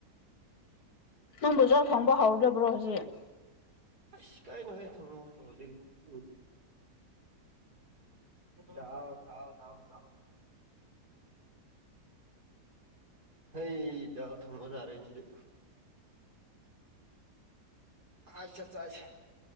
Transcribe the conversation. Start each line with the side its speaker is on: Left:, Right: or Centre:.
Left: ꯅꯪꯕꯨꯕꯖꯥ ꯐꯪꯕ ꯍꯧꯥꯎꯗꯕ꯭ꯔꯣ ꯍꯧꯖꯤꯛ
Right: ꯁꯤ ꯀꯥꯏꯅ ꯍ ꯊꯪꯉ ꯐꯗꯤ ꯎ ꯗꯥꯑꯣ ꯌꯥꯗꯥꯎ ꯌꯥꯗꯥꯎꯗꯥꯎ ꯍꯗ ꯊꯪꯕꯖꯥꯔꯦꯅꯦꯁꯤꯗꯤ ꯑꯁꯠ ꯆꯁ